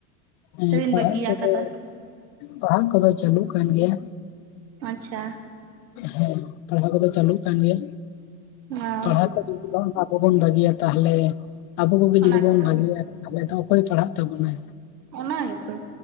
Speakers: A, on the left; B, on the right.
A: ᱦᱮᱸ
B: ᱛᱮᱵᱤᱱ
A: ᱯᱟᱲᱦᱟᱜ
B: ᱵᱟᱹᱜᱤᱭᱟᱠᱟ
A: ᱠᱚᱫᱚ
B: ᱫᱟ
A: ᱯᱟᱲᱦᱟᱜ ᱠᱚᱫᱚ ᱪᱟᱹᱞᱩᱜ ᱠᱟᱱ ᱜᱮᱭᱟ᱾
B: ᱟᱪᱪᱷᱟ
A: ᱦᱮᱸ ᱯᱟᱲᱦᱟᱣ ᱠᱚᱫᱚ ᱪᱟᱹᱞᱩᱜ ᱠᱟᱱ ᱜᱮᱭᱟ
B: ᱚ
A: ᱯᱟᱲᱦᱟᱣ ᱠᱚ ᱟᱵᱚ ᱵᱚᱱ ᱵᱷᱟᱹᱜᱤᱭᱟ ᱛᱟᱦᱞᱮ ᱟᱵᱚ ᱠᱚᱜᱮ
B: ᱚᱱᱟ
A: ᱡᱩᱫᱤ ᱵᱚᱱ
B: ᱜᱮᱛᱚ
A: ᱵᱷᱟᱹᱜᱤᱭᱟ ᱛᱟᱞᱦᱮ ᱛᱚ ᱚᱠᱚᱭᱮ ᱯᱟᱲᱦᱟᱜ ᱛᱟᱵᱚᱱᱟᱭ?
B: ᱚᱱᱟ ᱜᱮᱛᱚ